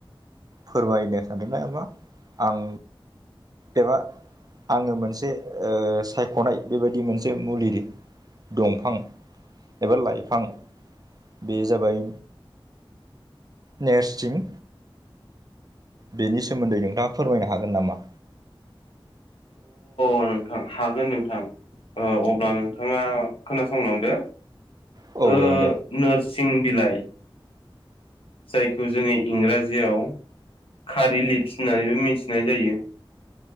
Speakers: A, on the right; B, on the left.
A: फोरमायनो सानदोंना एबा आं एबा आङो मोनसे ओ सायख'नाय बेबायदि मोनसे मुलि दंफां एबा लाइफां बे जाबाय नेरसिं बेनि सोमोन्दै नोंथाङा फोरमायनो हागोन नामा?
B: अ नोंथां हागोन नोंथां अब्ला नोंथाङा खोनासंलांदो।
A: औ
B: ओ
A: जागोन दे।
B: नोरसिं बिलाइ जायखौ जोङो इंराजियाव खारि लिप्स होननानैबो मिथिनाय जायो।